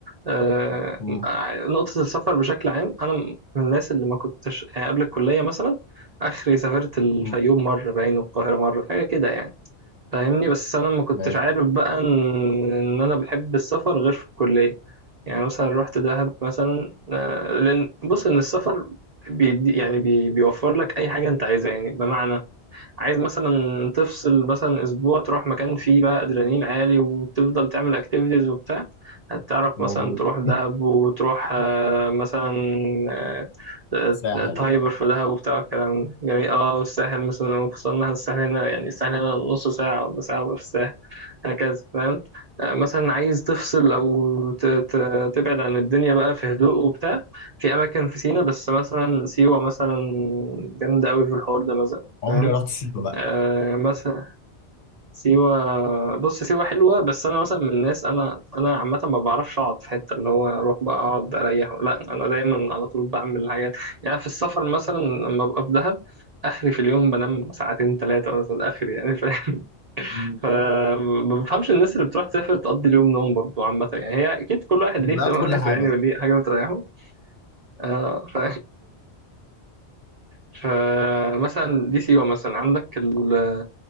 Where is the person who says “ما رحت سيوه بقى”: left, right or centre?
Left